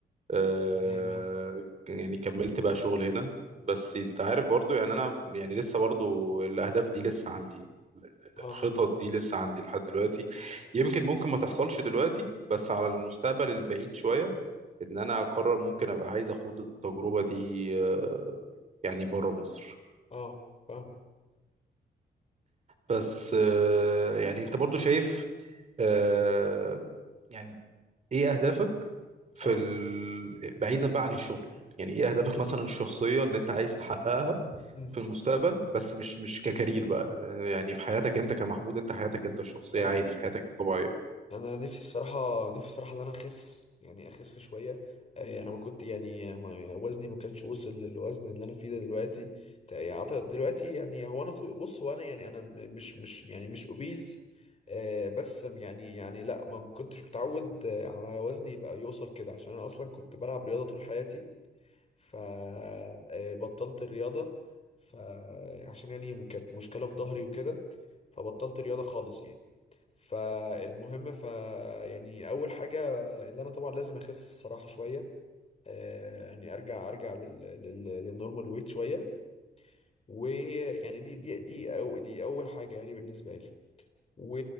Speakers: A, on the right (about 40°); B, on the left (about 40°).
A: آه،
B: زي ما
A: يعني كملت بقى شغل هنا بس انت عارف برضو يعني انا يعني لسه برضو الاهداف دي لسه عندي ال- ال-
B: اه
A: الخطط دي لسه عندي لحد دلوقتي يمكن ممكن ما تحصلش دلوقتي بس على المستقبل البعيد شوية ان انا اقرر ممكن ابقى عايز اخوض التجربة دي آه، يعني بره مصر
B: اه فاهم
A: بس آه، يعني انت برضو شايف آه، يعني ايه اهدافك في
B: اه
A: ال... بعيدا بقى عن الشغل يعني ايه اهدافك مثلا الشخصية اللي انت عايز تحققها
B: مم،
A: في المستقبل بس مش مش ككارير بقى يعني في حياتك انت كمحمود انت حياتك انت الشخصيه
B: اه
A: عادي في حياتك الطبيعيه
B: انا نفسي الصراحه نفسي الصراحه ان انا اخس يعني اخس شويه آه، انا ما كنت يعني ما وزني ما كانش وصل للوزن اللي انا فيه ده دلوقتي تق- أعتقد دلوقتي يعني هو انا طو- بص هو انا يعني انا م- مش مش يعني مش اوبيز بس يعني يعني لا ما ما كنتش متعود آه، على وزني يبقى يوصل كده عشان انا اصلا كنت بلعب رياضه طول حياتي فبطلت الرياضه فعشان يعني كانت مشكله في ظهري وكده فبطلت رياضه خالص يعني فالمهم ف يعني اول حاجه اللي انا طبعا لازم اخس الصراحه شويه آه يعني ارجع ارجع لل... لل... للنورمال ويت شويه ويعني دي دي دي او دي اول حاجه يعني بالنسبه لي و